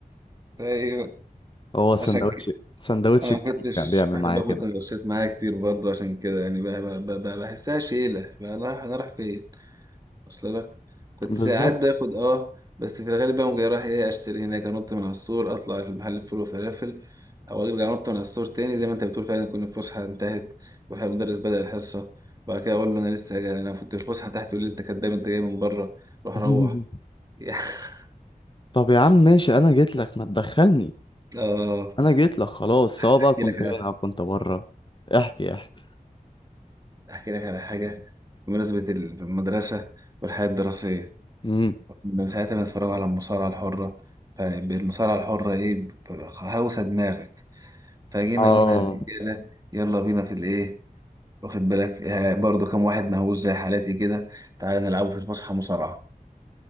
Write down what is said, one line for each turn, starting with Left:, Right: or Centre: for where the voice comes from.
Right: طيب
Left: هو سندوتش
Right: عشان كده
Left: سندوتش
Right: انا
Left: الجبنه
Right: ما كنتش
Left: كان بيعمل
Right: بحب
Left: معايا
Right: اخد
Left: كده
Right: سندوتشات معايا كتير برضه عشان كده يعني بقى بقى بقى بقى بحسها شيله بقى رايح انا رايح فين اصل لك كنت
Left: بالظبط
Right: ساعات باخد اه بس في الغالب بقى جاي رايح ايه اشتري هناك انط من على السور اطلع في محل فول وفلافل او ارجع انط من على السور تاني زي ما انت بتقول فعلا تكون الفسحه انتهت والمدرس بدأ الحصه وبعد كده اقول له انا لسه جاي انا كنت في الفسحه تحت يقول لي انت كداب انت جاي من بره روح
Left: <laughs>
Right: روح <laughs>
Left: طب يا عم ماشي انا جيت لك ما تدخلني
Right: اه
Left: انا جيت لك خلاص سواء
Right: احكي
Left: بقى كنت
Right: لك
Left: هنا
Right: على
Left: او كنت بره احكي احكي
Right: احكي لك على حاجه بمناسبه المدرسه والحياه الدراسيه
Left: امم
Right: من ساعتها بنتفرج على المصارعه الحره فالمصارعه الحره ايه ب- ب- هوسه دماغك فجينا
Left: اه
Right: قلنا للرجاله يلا بينا في الايه واخد بالك آه، برضو كام واحد مهووس زي حالاتي كده تعالى نلعبوا في الفسحه مصارعه